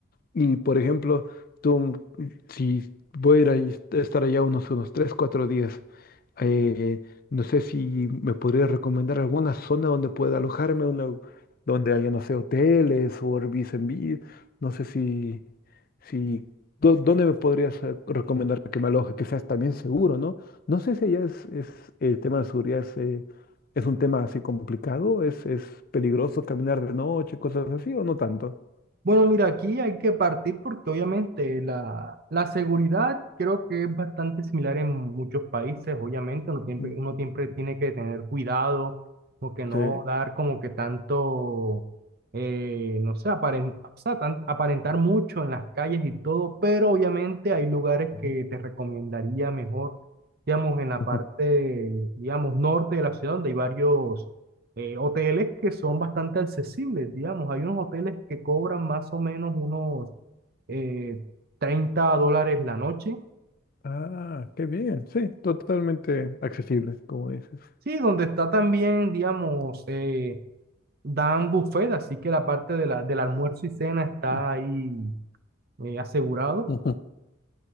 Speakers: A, on the left; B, on the right.
A: Y por ejemplo, tú, si voy a ir ahí- estar allá unos, unos tres cuatro días, eh, no sé si me podría recomendar alguna zona donde pueda alojarme, una, donde haya, no sé, hoteles o Airbnb, no sé si, si, dó- ¿dónde me podrías eh, recomendar que me aloje? Que seas también seguro, ¿no? No sé si allá es, es el tema de seguridad es, eh, es un tema así complicado, es, es peligroso caminar de noche, cosas así, o no tanto.
B: Bueno, mira, aquí hay que partir porque obviamente la, la seguridad creo que es bastante similar en muchos países, obviamente uno siempre,
A: Mm.
B: uno siempre tiene que tener cuidado, como que no
A: Sí.
B: dar como que tanto, eh, no sé, aparen- o sea, tan- aparentar mucho en las calles y todo, pero obviamente hay lugares
A: Ujú,
B: que te recomendaría mejor, digamos, en la
A: ujú,
B: parte, digamos, norte de la ciudad donde hay varios eh, hoteles que son bastante accesibles, digamos. Hay unos hoteles que cobran más o menos unos eh, 30 dólares la noche.
A: Ah, qué bien. Sí, totalmente accesible, como dices.
B: Sí, donde está también, digamos, eh, dan buffet, así que la parte de la, del almuerzo y cena está
A: Ah,
B: ahí eh, asegurado.
A: ujú,